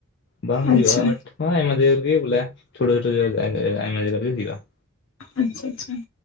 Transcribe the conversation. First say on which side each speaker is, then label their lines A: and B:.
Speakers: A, on the left; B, on the left.
A: ᱵᱟᱝ ᱦᱩᱭᱩᱜᱼᱟ,
B: ᱟᱪᱪᱷᱟ
A: ᱵᱟᱴ ᱦᱚ ᱟᱭᱢᱟ ᱡᱟᱭᱜᱟ ᱨᱮᱜᱮ ᱵᱚᱞᱮ ᱪᱷᱳᱴᱚ ᱪᱷᱳᱴᱚ ᱟᱭᱢᱟ ᱡᱟᱭᱜᱟ ᱨᱮᱜᱮ ᱦᱩᱭᱩᱜ -ᱟ ᱾
B: ᱟᱪᱪᱷᱟ ᱟᱪᱪᱷᱟ ᱾